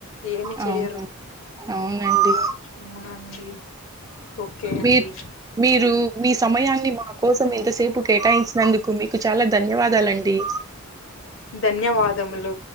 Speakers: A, on the left; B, on the right.
A: ఏమి
B: అవును
A: చెయ్యరు
B: అవునండి
A: అవునండి. ఓకే అండి.
B: మీక్ మీరు మీ సమయాన్ని మా కోసం ఇంతసేపు కేటాయించినందుకు మీకు చాలా ధన్యవాదాలండి
A: ధన్యవాదములు